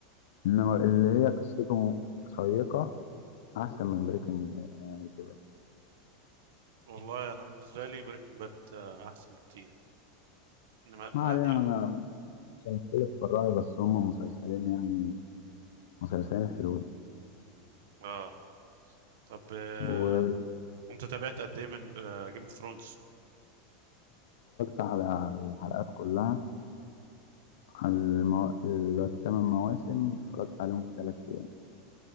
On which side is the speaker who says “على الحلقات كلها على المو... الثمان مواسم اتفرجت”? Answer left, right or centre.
Left